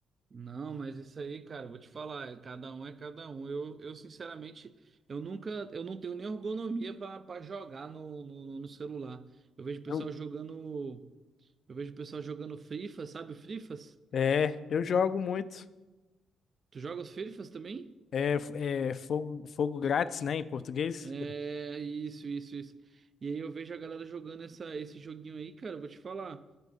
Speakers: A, on the right; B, on the left.
A: Não, mas isso aí, cara, eu vou te falar, é cada um é cada um. Eu, eu sinceramente, eu nunca, eu não tenho nem ergonomia para jogar no, no, no celular. Eu vejo o pessoal
B: Eu-
A: jogando, eu vejo o pessoal jogando FIFA, sabe o Frifas?
B: É, eu jogo muito.
A: Tu joga os Frifas também?
B: É, f- é fogo, fogo grátis, né, em português.
A: É, isso, isso, isso. E aí eu vejo a galera jogando essa, esse joguinho aí, cara, eu vou te falar.